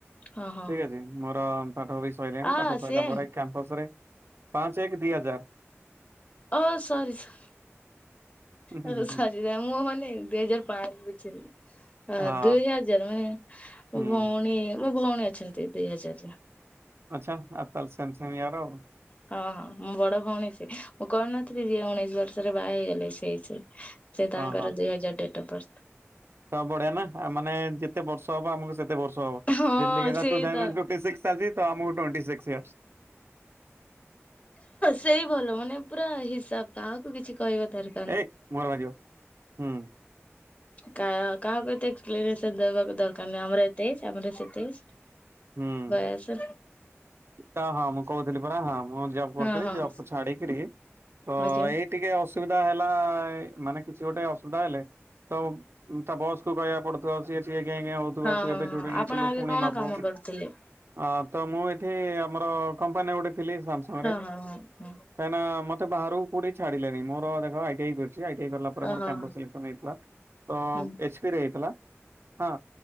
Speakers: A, on the left (about 30°); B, on the right (about 55°).
A: ହଁ ହଁ
B: ଠିକ୍ ଅଛି। ମୋର ପାଠ ବି ସଇଲାଣି।
A: ଆ
B: ପାଠ ସରିଲା
A: ସେମ୍
B: ପରେ କ୍ୟାମ୍ପସ ରେ ପାଞ୍ଚ ଏକ ଦି ହଜାର।
A: ହୁଁ ଓ ସରି ସ
B: ହୁଁ ହୁଁ
A: ଆ
B: ହୁଁ
A: ସରି। ମୁଁ ମାନେ ଦୁଇ ହଜାର ପାଞ୍ଚ ବୁଝିଲି।
B: ହଁ
A: ଦୁଇ ହଜାର ମାନେ ମୋ
B: ହୁଁ
A: ଭଉଣୀ ମୋ ଭଉଣୀ ଅଛନ୍ତି ଦୁଇ ହଜାରର।
B: ଆଚ୍ଛା। ଆ ତାହେଲେ ସେମ୍ ସେମ୍ ଇୟର ଆଉ।
A: ହଁ ହଁ। ମୋ ବଡ ଭଉଣୀ ସିଏ। ମୁଁ କହୁନଥିଲି ଯିଏ ଉଣେଇଶି ବର୍ଷରେ ବାହା ହେଇଗଲେ ସେଇ ସେଇ। ସେ
B: ହଁ
A: ତାଙ୍କର ଦୁଇ ହଜାର ଡେଟ୍ ଅଫ୍ ବାର୍ଥ।
B: ତା ବଢିଆ ନା। ମାନେ ଯେତେ ବର୍ଷ ହବ ଆମକୁ ସେତେ ବର୍ଷ ହବ।
A: ହଁ
B: <unintelligible>
A: ସେଇ ତ
B: ଟ୍ବେଣ୍ଟି ସିକ୍ସ ଚାଲିଚି ତ ଆମକୁ ଟ୍ବେଣ୍ଟି ସିକ୍ସ ଇୟରସ୍।
A: ସେଇ ଭଲ। ମାନେ ପୁରା ହିସାବ, କାହାକୁ କିଛି କହିବା ଦର
B: ଆରେ ମୁହଁ ରେ ବାଜିବ ହୁଁ।
A: କା କାହାକୁ ଏତେ ଏକ୍ସପ୍ଲେନେସନ୍ ଦେବାକୁ ଦରକାର ନାହିଁ। ଆମର ଏତେ ଏଜ୍ ଆମର ସେତେ ଏଜ୍।
B: ହୁଁ
A: ବୟସ
B: ତ ହଁ ମୁଁ କହୁଥିଲି ପରା ହଁ, ମୁଁ ଜବ୍ କରୁଥିଲି।
A: ହଁ ହଁ
B: ଜବ୍ କୁ ଛାଡ଼ିକିରି ତ
A: ଆଜ୍ଞା
B: ଏଇ ଟିକେ ଅସୁବିଧା ହେଲା ଏ ମାନେ କିଛି ଗୋଟେ ଅସୁବିଧା ହେଲେ ତ ତ ବସ୍ କହିବାକୁ ପଡୁଥିବ, ସିଏ ଟିକେ ଗେଁ ଗେ ହଉଥିବ
A: ହଁ
B: ତୁ
A: ହଁ
B: ଏବେ
A: ହଁ
B: ଛୁଟି ନେଇଥିଲୁ
A: ଆପଣ ଆଗେ
B: ପୁଣି
A: କଣ
B: ନବୁ।
A: <unintelligible>
B: ଅ ତ ମୁଁ ଏଠି ଆମର କମ୍ପାନୀ ଗୋଟେ ଥିଲି ସାମସଙ୍ଗ
A: ହଁ
B: ରେ।
A: ହଁ ହଁ ହଁ
B: କାହିଁନା ମତେ ବାହାରକୁ କୋଉଠିକି ଛାଡିଲେନି। ମୋର ଦେଖ ଆଇଟିଆଇ କରି ଚି ଆଇଟିଆଇ କଲା ପରେ
A: ଓହୋ
B: କ୍ୟାମ୍ପସ ସିଲେକ୍ସନ ହେଇଥିଲା। ତ
A: ହୁଁ
B: ଏଚ୍ ପି ରେ ହେଇଥିଲା ହଁ,